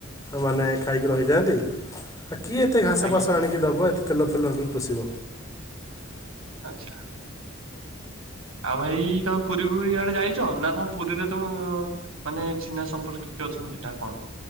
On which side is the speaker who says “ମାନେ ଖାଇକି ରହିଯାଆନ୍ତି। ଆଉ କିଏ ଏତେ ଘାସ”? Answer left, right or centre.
Left